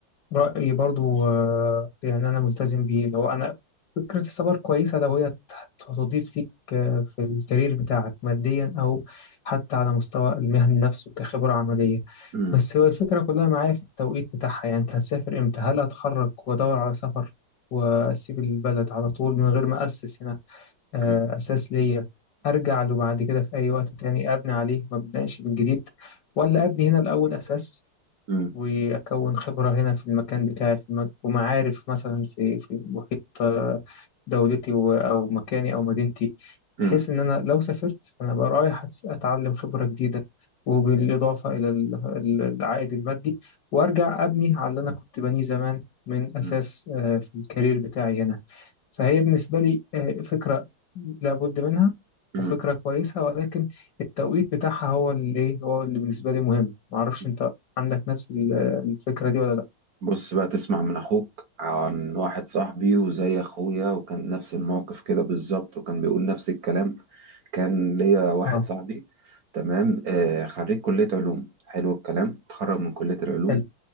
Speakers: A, on the left (about 55°); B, on the right (about 55°).
A: رأيي برضو آه، يعني أنا ملتزم بيه لو أنا فكرة السفر كويسة لو هي هت- هتضيف ليك آه، في الكارير بتاعك ماديا أو حتى على مستوى المهني نفسه كخبرة عملية
B: امم
A: بس هو الفكرة كلها معايا في التوقيت بتاعها يعني أنت هتسافر إمتى هل أتخرج وأدور على سفر وأسيب البلد على طول من غير ما أسس هنا آه،
B: امم
A: أساس ليا أرجع له بعد كده في أي وقت تاني أبني عليه ما أبدأش من جديد ولا أبني هنا الأول أساس
B: امم
A: وأكون خبرة هنا في المكان بتاعي في المك... ومعارف مثلا في في محيط دولتي و- أو مكاني أو مدينتي
B: مم.
A: بحيث إن أنا لو سافرت فأنا بقى رايح أتس- أتعلم خبرة جديدة وبالإضافة إلى ال- ال- العائد المادي وأرجع أبني على اللي أنا كنت بنيه زمان من أساس
B: مم.
A: آه، في الكارير بتاعي هنا فهي بالنسبة لي آه، فكرة لابد منها
B: مم.
A: وفكرة كويسة ولكن التوقيت بتاعها هو اللي إيه هو اللي بالنسبة لي مهم معرفش
B: مم.
A: أنت عندك نفس ال- الفكرة دي ولا لأ
B: بص بقى تسمع من اخوك عن واحد صاحبي وزي اخويا وكان نفس الموقف كده بالظبط وكان بيقول نفس الكلام كان ليا واحد
A: آه
B: صاحبي تمام آه خريج كلية علوم حلو الكلام اتخرج من كلية العلوم
A: حلو